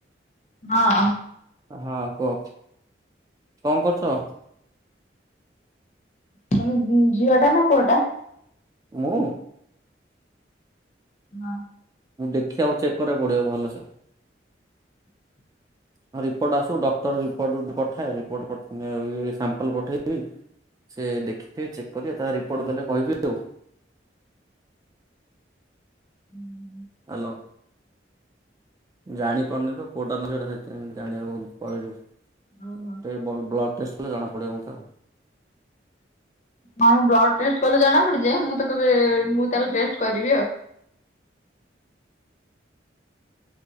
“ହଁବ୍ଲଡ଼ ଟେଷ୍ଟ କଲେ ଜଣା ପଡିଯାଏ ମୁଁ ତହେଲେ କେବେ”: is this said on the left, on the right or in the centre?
Left